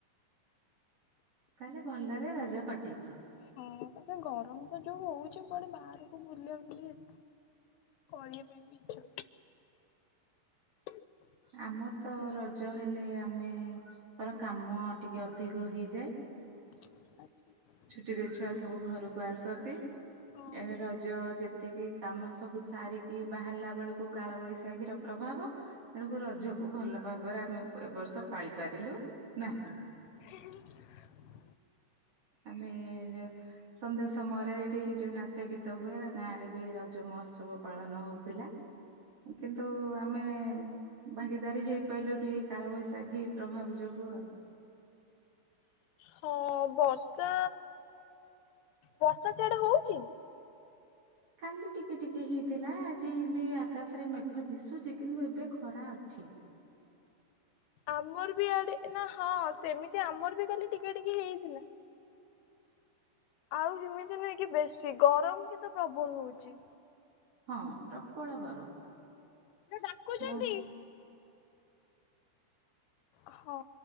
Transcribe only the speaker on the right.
ତାହେଲେ ଭଲରେ ରଜ କଟିଛି।
ଆମର ତ ରଜ ହେଲେ ଆମେ ଙ୍କର କାମ ଟିକେ ଅଧିକ ହେଇଯାଏ।
ଛୁଟିରେ ଛୁଆ ସବୁ ଘରକୁ ଆସନ୍ତି। ଏ
ରଜ ଯେତିକି କାମ ସବୁ ସାରିକି ବାହାରିଲା ବେଳକୁ କାଳବୈଶାଖୀ ର ପ୍ରଭାବ ତେଣୁକୁ ରଜକୁ ଭଲ ପା ଏବରେ ଆମେ ଏବ ବର୍ଷ ପାଳି ପାରିଲୁ ନାହିଁ।
ଆମେ ଯଉ ସନ୍ଧ୍ୟା ସମୟରେ ଏଇଠି ଯୋଉ ନାଚ ଗୀତ ହୁଏ ଗାଁ ରେ ବି ରଜ ମହୋତ୍ସବ ପାଳନ ହଉଥିଲା କିନ୍ତୁ ଆମେ ଭାଗିଦାରୀ ହେଇପାରିଲୁନି ଏଇ କାଳବୈଶାଖୀ ପ୍ରଭାବ ଯୋଗୁ ଆଉ।
କାଲି ଟିକେ ଟିକେ ହେଇଥିଲା ଆଜି ବି ଆକାଶରେ ମେଘ ଦିଶୁଛି କିନ୍ତୁ ଏବେ ଖରା ଅଛି।
ହଁ ପ୍ରବଳ ଗରମ
ମୋ